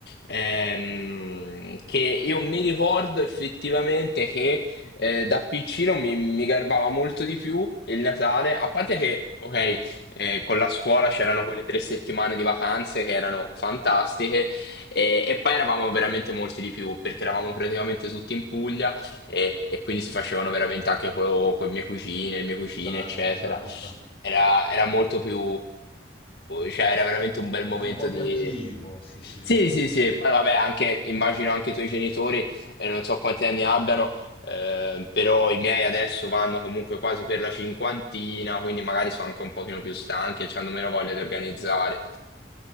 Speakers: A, on the left (about 60°); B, on the left (about 30°).
A: ehm, che io mi ricordo effettivamente che eh, da piccino mi, mi garbava molto di più il Natale, a parte che, ok, eh, con la scuola c'erano quelle tre settimane di vacanze che erano fantastiche e, e poi eravamo veramente molti di più perché eravamo praticamente tutti in Puglia e, e quindi si facevano veramente anche con le mie cucine, le mie cucine,
B: Certo,
A: eccetera.
B: certo.
A: Era, era molto più, cioè era veramente un bel momento
B: Era un po' più
A: di...
B: attivo, sì, sì.
A: Sì, sì, sì, e poi vabbè, anche, immagino anche i tuoi genitori, eh, non so quanti anni abbiano, eh, però i miei adesso vanno comunque quasi per la cinquantina, quindi magari sono anche un pochino più stanchi e hanno meno voglia di organizzare.